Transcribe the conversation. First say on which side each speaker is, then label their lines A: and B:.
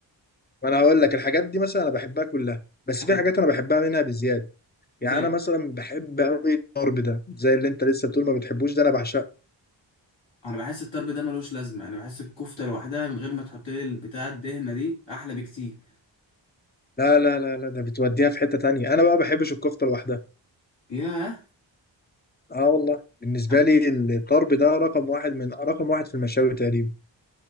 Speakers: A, on the left; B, on the left.
A: ما انا هقول لك الحاجات دي مثلا انا بحبها كلها بس
B: حلو
A: في حاجات انا بحبها منها بزياده يعني
B: زي
A: انا مثلا بحب قوي الضرب ده زي اللي انت لسه بتقول ما بتحبوش ده انا بعشقه
B: انا بحس الطرب ده ملوش لازمه انا بحس الكفته لوحدها من غير ما تحط لي البتاع الدهنه دي احلى بكتير
A: لا لا لا لا ده بتوديها في حته تانية انا بقى ما بحبش الكفته لوحدها
B: ياه
A: اه والله بالنسبه
B: طب
A: لي الضرب ده رقم واحد من رقم واحد في المشاوي تقريبا